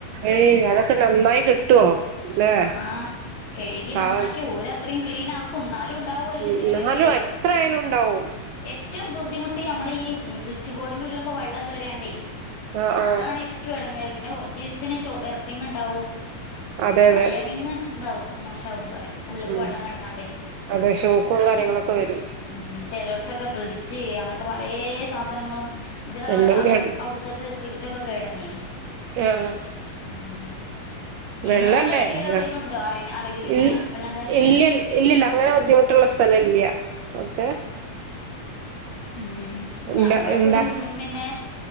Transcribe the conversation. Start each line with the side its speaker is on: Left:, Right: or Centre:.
Right: ഏയ് അതൊക്കെ നന്നായി <unintelligible> ല്ലേ
Left: ആഹ് കെയ്കി
Right: പാവാണ്
Left: നന്നാക്കി ഓരത്രീം ക്ലീനാ എന്നാലുണ്ടാവല്ലോ
Right: ഉം
Left: ചെറിയോര്ത്
Right: എന്നാലും എത്ര ആയാലും ഉണ്ടാവും
Left: മ് ഏറ്റവും ബുദ്ധിമുട്ട് നമ്മളെ ഈ സ്വിച്ച് ബോർഡിന്റൊക്കെ ഉള്ളിലൊക്കെ വള്ളം കേറ്യാണ്ടേയ്
Right: ആഹ് ആഹ്
Left: അതാണ് ഏറ്റവും എടങ്ങേറ് പിന്നെ കൊറച്ചീസത്തിന് ഷോ എർത്തിങ്ങ്ണ്ടാവും
Right: അതെ
Left: വയറിങ്ങ്
Right: അതെ
Left: ഇതാവും മോശവും പറയാം ഉള്ളിക്ക്
Right: ഉം
Left: വെള്ളം കിടന്നാണ്ടേ
Right: അതെ ഷോക്കും കാര്യങ്ങളൊക്കെ
Left: ഉം
Right: വരും
Left: ഉം ചെലോട്ത്തൊക്കെ ഫ്രിഡ്ജ് അങ്ങനത്തെ പലേ സാധനങ്ങളും ന്റെ തറവാട്
Right: എല്ലാം
Left: അങ്ങട്ട്
Right: കേ
Left: അവ്ട് <unintelligible> <unintelligible> ഫ്ർഡ്ജൊക്കെ കേടന്നീനി
Right: ആഹ്
Left: ഉം
Right: വെള്ളല്ലേ
Left: ഇങ്ങളവിടെ ഏരിയൽ എവിടേലും
Right: ആഹ്
Left: ഉണ്ടോ അറി അറിവിൽ ഇങ്ങനെ
Right: ഇൽ
Left: വെള്ളം കേർ
Right: ഇല്ല ഇല്ലില്ല അങ്ങനെ ബുദ്ധിമു ത്രല്ല സ്ഥലല്ല ഓക്കെ
Left: മ് ഞമ്മളിപ്പോര്
Right: ഇല്ല ഇണ്ടാ
Left: മ് പിന്നെ